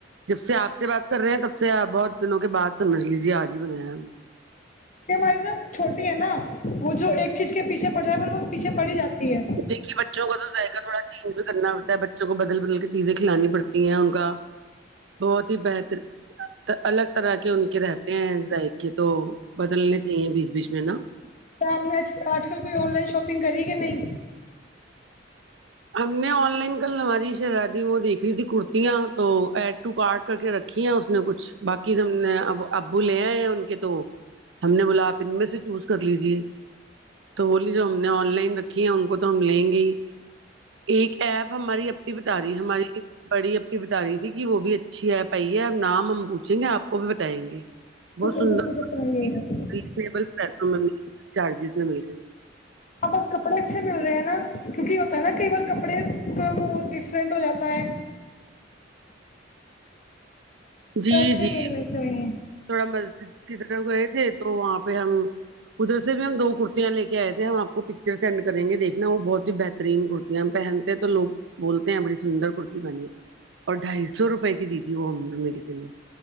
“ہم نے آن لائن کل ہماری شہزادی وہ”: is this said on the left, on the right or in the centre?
Right